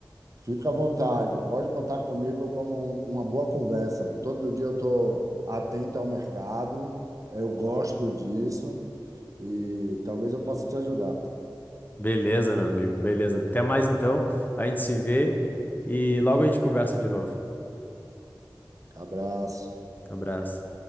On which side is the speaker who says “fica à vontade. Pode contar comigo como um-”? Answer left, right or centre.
Right